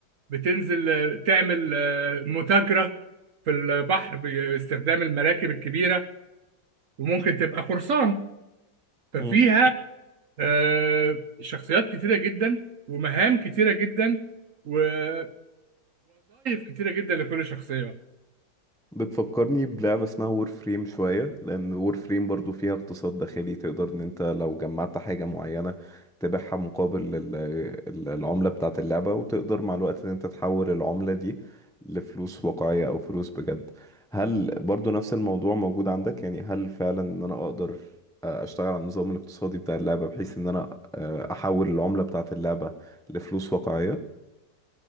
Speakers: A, on the right; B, in the centre.
A: بتنزل آه، تعمل آه، متاجرة في البحر باستخدام المراكب الكبيرة وممكن تبقى قرصان ففيها
B: مهم.
A: آه، شخصيات كتيرة جدا ومهام كتيرة جدا ووظائف كتيرة جدا لكل شخصية
B: بتفكرني بلعبة اسمها وور فريم شوية لأن وور فريم برضو فيها اقتصاد داخلي تقدر إن أنت لو جمعت حاجة معينة تبيعها مقابل ال- ال- العملة بتاعة اللعبة وتقدر مع الوقت إن أنت تحول العملة دي لفلوس واقعية أو فلوس بجد هل برضو نفس الموضوع موجود عندك يعني هل فعلا إن أنا أقدر آه، أشتغل على النظام الاقتصادي بتاع اللعبة بحيث إن أنا آه، أحول العملة بتاعة اللعبة لفلوس واقعية؟